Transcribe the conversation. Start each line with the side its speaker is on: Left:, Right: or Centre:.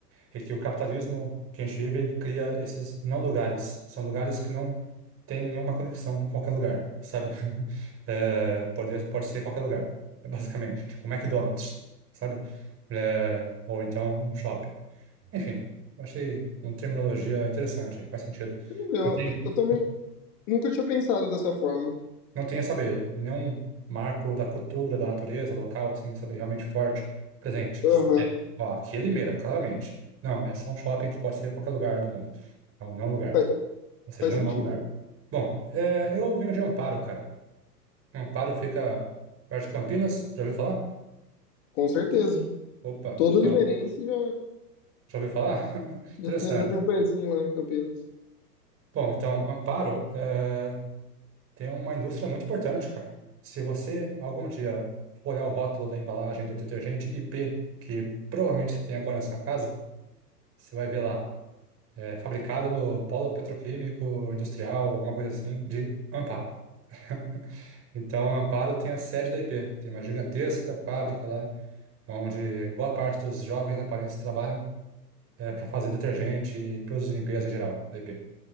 Right: É que o capitalismo que a gente vive cria esses não lugares. São lugares que não têm nenhuma conexão com qualquer lugar, sabe? <laughs> É, pode, pode ser qualquer lugar, basicamente. Tipo McDonald's, sabe? É, ou então um shopping. Enfim, eu achei uma terminologia interessante, faz sentido.
Left: Entendeu?
Right: Não tem.
Left: Eu também nunca tinha pensado dessa forma.
Right: Não tinha, sabe, nenhum marco da cultura, da natureza, local, assim, sabe, realmente forte, presente.
Left: Aham.
Right: Sabe? Ó, aqui é Limeira, claramente. Não, é só um shopping que pode ser em qualquer lugar do mundo. Então, não é um lugar.
Left: Faz,
Right: Ou seja,
Left: faz
Right: não
Left: sentido.
Right: é um lugar. Bom, é, eu venho de Amparo, cara. Amparo fica perto de Campinas. Já ouviu falar?
Left: Com certeza.
Right: Opa,
Left: Todo limeirense
Right: bom,
Left: já,
Right: já ouviu falar? <laughs> Interessante.
Left: já tem, já tem um pezinho lá em Campinas.
Right: Bom, então, Amparo, é, Tem uma indústria muito importante, cara. Se você algum dia for olhar o rótulo da embalagem do detergente IP, que provavelmente você tem agora na sua casa, você vai ver lá, é, fabricado no polo petroquímico, industrial, alguma coisa assim, de Amparo. <laughs> Então, Amparo tem a sede da IP, tem uma gigantesca fábrica lá, onde boa parte dos jovens amparenses trabalham, para fazer detergente e produtos de limpeza em geral da IP.